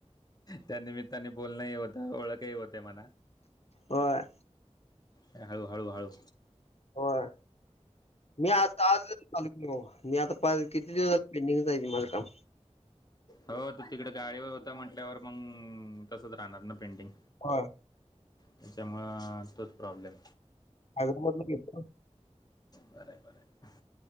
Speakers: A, on the left; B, on the left.
A: त्यानमित्ताने बोलणही होत ओळखही होते म्हणा.
B: होय.
A: ए हाळू हाळू हाळू.
B: होय. मी आता आजच चालू केलं भावा मी पाच आता किती दिवस झाल पेंडिंगला आहे माझं काम.
A: हो तू तिकडे गाडीवर होता म्हटल्यावर मग तसंच राहणार ना पेंटिंग.
B: काय.
A: त्याचमुळं तोच प्रॉब्लेम.
B: हवेमधला गिफ्ट
A: बरं बरं